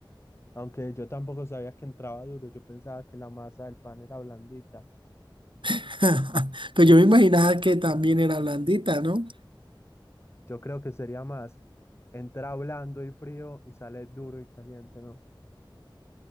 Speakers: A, on the left (about 30°); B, on the right (about 70°).
A: Aunque yo tampoco sabía que entraba duro, yo pensaba que la masa del pan era blandita.
B: <laughs> Pero yo me imaginaba que también era blandita, ¿no?
A: Yo creo que sería más, entra blando y frío y sale duro y caliente, ¿no?